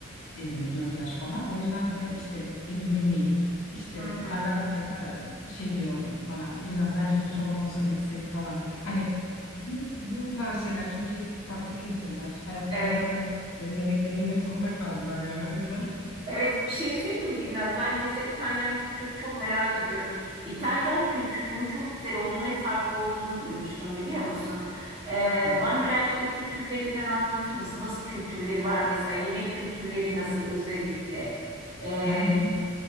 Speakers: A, on the left; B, on the right.
A: e, bir dört yaş falan. O yüzden de işte evin yemeği işte
B: Hı hı.
A: hala mesela şey diyor bana biraz mercimek çorban olsa da içsek falan. Hani bu, bu tarz şeyler çünkü farklı kültürler hayatlarında
B: <laughs> Evet.
A: hiç tanıdıkları yemekleri yemek zorunda kaldılar yani o yüzden. <laughs>
B: Evet bir şey söyleyeyim mi Birnaz? Ben mesela İtalyan kültürünü çok merak ediyorum. İtalyan kültürünün çok güzel olduğunu ve farklı olduğunu duymuştum biliyor musun? Ee,
A: Evet.
B: bana birazcık da kültürlerinden anlatır mısın? Nasıl kültürleri var mesela? Yemek kültürleri nasıl özellikle? Ee,
A: Yani yemek